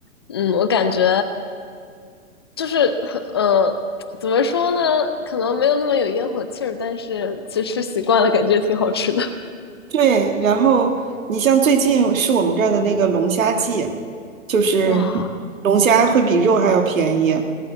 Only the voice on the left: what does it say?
嗯，我感觉。就是呃，怎么说呢？可能没有那么有烟火气儿，但是其实吃习惯了，感觉挺好吃的。
哇，